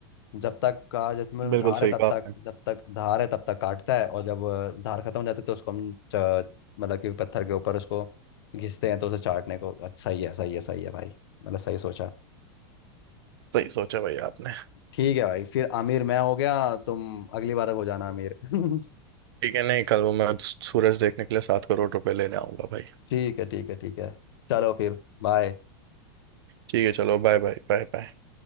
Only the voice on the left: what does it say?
जब तक का जब में
धार
है तब
तक जब तक धार है तब तक काटता है और जब अ, धार खत्म हो जाती है तो उसको हम च- मतलब कि पत्थर के ऊपर उसको घिसते हैं तो उसे चाटने को अच्छा सही है सही है सही है भाई मतलब सही सोचा
ठीक है भाई फिर आमिर मैं हो गया तुम अगली बार हो जाना आमिर <laughs>
ठीक है ठीक है ठीक है चलो फिर बाय